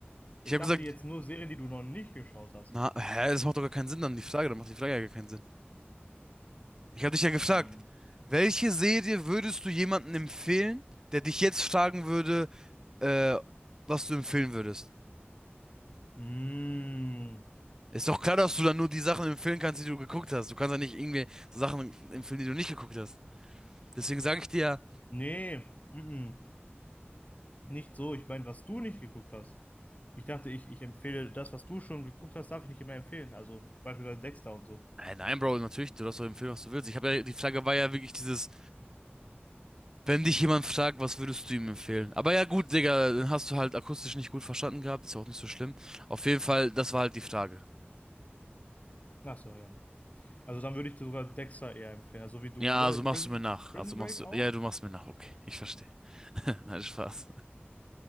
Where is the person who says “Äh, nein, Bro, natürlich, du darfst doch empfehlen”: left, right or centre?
Right